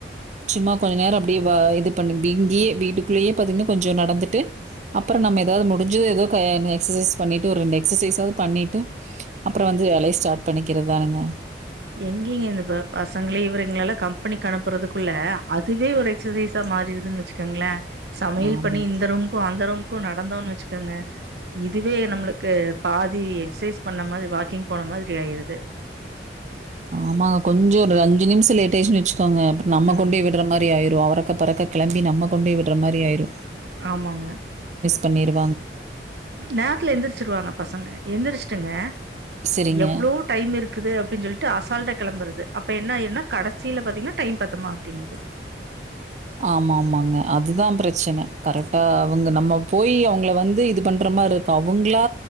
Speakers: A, on the right; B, on the right.
A: சும்மா கொஞ்ச நேரோ அப்டியே வ இது பண்ணி இங்கியே வீட்டுக்குள்ளயே பாத்திங்னா கொஞ்சொ நடந்துட்டு அப்பறொ நம்ம ஏதாவது முடிஞ்சது ஏதோ க எக்சசைஸ் பண்ணிட்டு ஒரு ரெண்டு எக்சசைஸாவது பண்ணிட்டு அப்றொ வந்து வேலைய ஸ்டார்ட் பண்ணிக்கிறதானுங்க
B: எங்கெங்க இந்த ப பசங்களையு இவருங்களைலா கம்பெனிக்கு அனுப்புறதுக்குள்ள அதுவே ஒரு எக்சசைஸா மாறிடுதுன் வச்சிக்கேங்ளே சமையல்
A: ஆமாங்க.
B: பண்ணி இந்த ரூம்க்கு அந்த ரூம்க் கு நடந்தோன் வச்சிக்கோங்க இதுவே நம்ளுக்கு பாதி எக்சைஸ் பண்ண மாதி வாக்கிங் போன மாதிரி ஆயிருது
A: ஆமாங்க கொஞ்சொ ஒரு அஞ்சு நிமிஷொ லேட் ஆய்டுச்சின் வச்சு தோங்க நம்ம
B: ம்
A: கொண்டி விட்ற மாரி ஆயிர் று அரக்க பறக்க கிளம்பி நம்ம கொண்டி விட்ற மாரி ஆய்ரு
B: ஆமாங்க
A: பண்ணிரு
B: நேரத்ல எந்திரிச்சிருவாங்க பசங்க எந்திரிச்சிட்டுங்க
A: சரிங்க.
B: எவ்ளோ டைம் இருக்குது அப்டின் சொல்லிட்டு அசால்டா கெளம்புறது அப்ப என்ன ஆயிருனா கடைசில பாத்திங்னா டைம் பத்த மாட்டேங்குது
A: ஆமா ஆமாங்க அதுதா பிரச்சன கரெக்டா அவங்க நம்ம போய் அவங்ள வந்து இது பண்ற மாரிருக்கு அவங்ளா